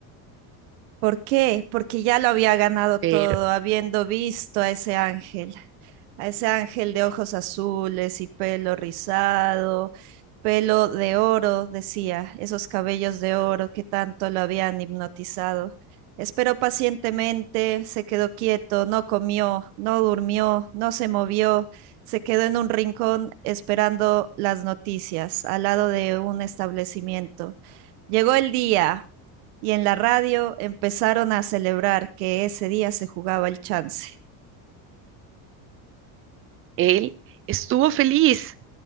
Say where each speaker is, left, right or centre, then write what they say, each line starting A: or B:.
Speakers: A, on the right; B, on the right.
A: ¿Por qué? Porque ya lo había ganado todo,
B: pero
A: habiendo visto a ese ángel. a ese ángel de ojos azules y pelo rizado, pelo de oro, decía, esos cabellos de oro que tanto lo habían hipnotizado. Esperó pacientemente, se quedó quieto, no comió, no durmió, no se movió, se quedó en un rincón esperando las noticias al lado de un establecimiento. Llegó el día y en la radio empezaron a celebrar que ese día se jugaba el chance.
B: Él estuvo feliz,